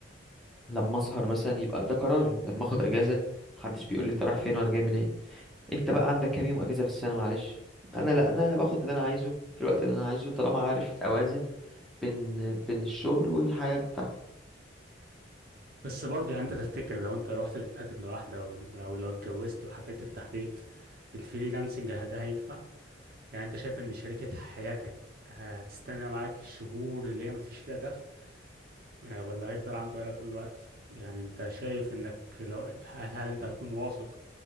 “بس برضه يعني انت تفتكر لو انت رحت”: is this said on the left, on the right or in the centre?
Right